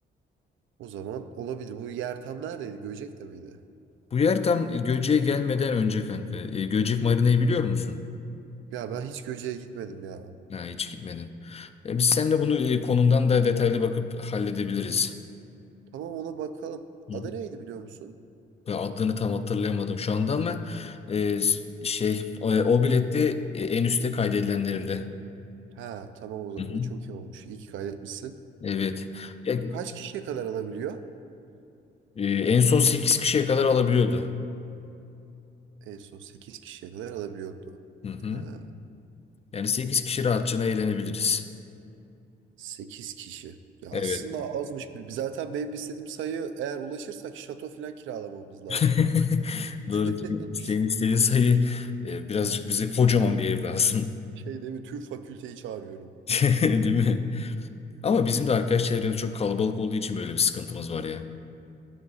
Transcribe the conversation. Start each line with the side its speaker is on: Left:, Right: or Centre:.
Right: O zaman olabilir. Bu yer tam neredeydi? Göcek'te miydi?
Left: Bu yer tam e, Göcek'e gelmeden önce kanka. E, Göcek Marina'yı biliyor musun?
Right: Ya ben hiç Göcek'e gitmedim ya.
Left: Ha, hiç gitmedin. E, biz seninle bunu e, konumdan da detaylı bakıp halledebiliriz.
Right: Tamam ona bakalım.
Left: Hı
Right: Adı
Left: hı.
Right: neydi biliyor musun?
Left: Ve adını tam hatırlayamadım şu anda ama e, s- şey o, o bilette e, en üstte kaydedilenlerimde.
Right: Ha tamam o zaman
Left: Hı hı.
Right: çok iyi olmuş. İyi ki kaydetmişsin.
Left: Evet. Ya,
Right: Kaç kişiye kadar alabiliyor?
Left: e, en son 8 kişiye kadar alabiliyordu.
Right: En son 8 kişiye kadar alabiliyordu.
Left: Hı hı.
Right: Ha.
Left: Yani 8 kişi rahatçına eğlenebiliriz.
Right: 8 kişi. Ya
Left: Evet.
Right: aslında azmış. Bir- Zaten benim istediğim sayı eğer ulaşırsak şato falan kiralamamız lazım.
Left: <laughs> Doğru.
Right: <laughs>
Left: Senin, senin istediğin sayı e, birazcık bize kocaman bir ev lazım.
Right: Şey değil mi? Tüm fakülteyi çağırıyorum.
Left: <laughs> Değil mi? Ama bizim de arkadaş çevremiz çok kalabalık olduğu için böyle bir sıkıntımız var ya.